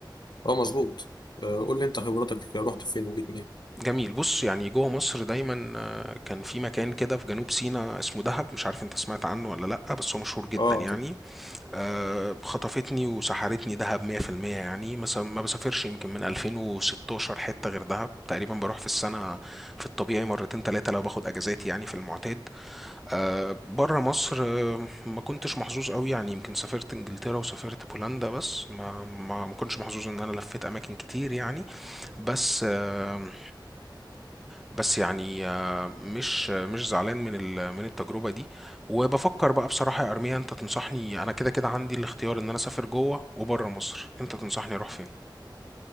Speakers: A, on the left; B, in the centre.
A: اه مظبوط آه، قول لي انت خبرتك رحت فين وجيت منين
B: جميل بص يعني جوه مصر دايما آه، كان في مكان كده في جنوب سيناء اسمه دهب مش عارف انت سمعت عنه ولا لأ بس هو مشهور جدا
A: اه
B: يعني
A: طب
B: آه، خطفتني وسحرتني دهب 100% يعني مثلا ما بسافرش يمكن من 2016 حتة غير دهب تقريبا بروح في السنة في الطبيعي مرتين تلاتة لو باخد اجازات يعني في المعتاد آه، بره مصر آه، ما كنتش محظوظ قوي يعني يمكن سافرت انجلترا وسافرت بولندا بس ما ما ما كنتش محظوظ ان انا لفيت اماكن كتير يعني بس آه، بس يعني آه، مش مش زعلان من ال- من التجربة دي وبفكر بقى بصراحة يا أرميا أنت تنصحني أنا كده كده عندي الاختيار إن أنا أسافر جوه وبره مصر أنت تنصحني أروح فين؟